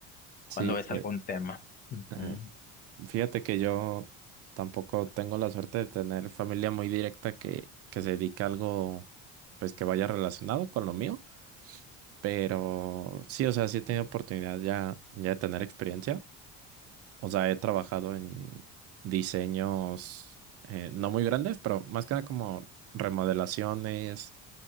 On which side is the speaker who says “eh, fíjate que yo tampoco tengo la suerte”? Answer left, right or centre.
Right